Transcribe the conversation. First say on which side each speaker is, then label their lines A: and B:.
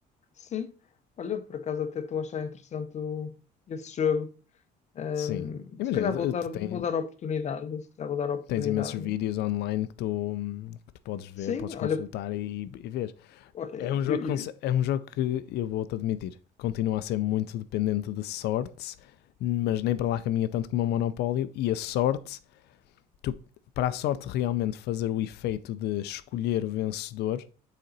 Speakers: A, on the left (about 45°); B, on the left (about 75°).
A: sim. Olha, por acaso até estou a achar interessante o- esse jogo. Ahm,
B: Sim. Imagina,
A: se calhar
B: tu,
A: vou dar, vou
B: tens,
A: dar oportunidade. Se calhar vou dar oportunidade.
B: tens imensos vídeos online que tu, hum, que tu podes ver,
A: Sim,
B: podes
A: olha,
B: consultar e, e ver.
A: olha,
B: É um, jogo,
A: eu- eu-
B: que é um jogo que, eu vou-te admitir, continua a ser muito dependente de sorte, mas nem para lá caminha tanto como o Monopólio, e a sorte tu, para a sorte realmente fazer o efeito de escolher o vencedor,